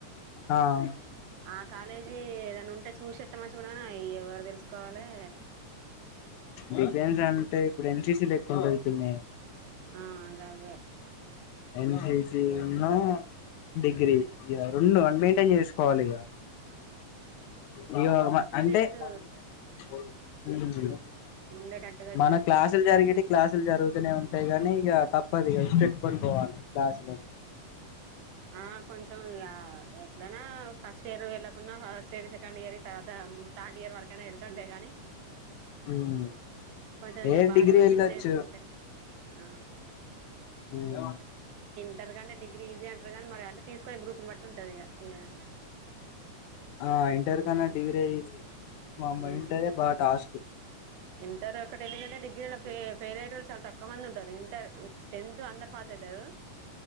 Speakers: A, on the left; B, on the right.
A: ఆ
B: ఆ కాలేజీ ఏదన్నా ఉంటే చూసోస్తే మంచిగా ఉండు కాని అయ్యో తెలుసుకోవాలే
A: డిఫెన్స్ అంటే ఇప్పుడు ఎన్సిసి ల ఎక్కువగా ఉంటాది పిన్ని
B: ఆ గవ్వే
A: ఎన్సిసి ఉన్ను డిగ్రీ ఇగ రెండు మైంటైన్ చేసుకోవాలి ఇగా ఇగో ఆ
B: చేసు
A: మ్
B: ఉండేటట్
A: మన క్లాసులు జరిగిటివి క్లాసులు జరుగుతూనే ఉంటాయి గానీ ఇగ తప్పదిగా ఇడిసిపెట్టుకొని పోవాలి క్లాస్మెంట్
B: ఆ కొంచెం ఇగ ఎట్లైనా ఫస్ట్ ఇయర్ వెళ్లకుండా ఫస్ట్ ఇయర్ వి సెకండ్ ఇయర్ తర్వాత తం థర్డ్ ఇయర్ వరకైనా ఎళ్తాము లే గానీ
A: మ్మ్
B: కొంచెం ఇగ
A: ఏ
B: బాడీ
A: డిగ్రీ
B: కూడా
A: వెళ్ళొచ్చు
B: ఫిట్నెస్ ఉంటాది ఆ
A: మ్
B: అంటారు గాని డిగ్రీ ఈజీ అంటారు గానీ మరి అంటే తీసుకునే గ్రూప్ బట్టి ఉంటది ఇగ
A: ఆ ఇంటర్
B: ఎట్లుంటది
A: కన్నా డిగ్రీ అయ్యది మ మా
B: ఉమ్
A: ఇంటరే బాగా టాస్క్
B: ఇంటర్ ఒకటి ఎలిదంటే డిగ్రీల ఫె ఫెయిల్ అయేటోళ్ళు చాల తక్కువ మంది ఉంటారు ఇంటర్ టెన్త్ అందరు పాస్ అయితారు